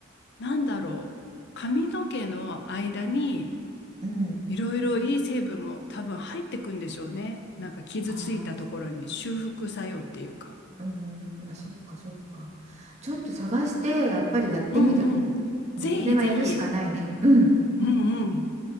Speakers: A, on the left; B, on the right.
A: なんだろう。髪の毛の間に、
B: うん。
A: いろいろいい成分も多分入ってくんでしょうね。なんか傷ついたところに修復作用っていうか。
B: ああ、すうん、あ、そっかそっか。ちょっと探して、やっぱりやってみる。
A: うんうん。
B: もうこれはやるしかないね。
A: ぜひぜひ。
B: うん。
A: うんうん。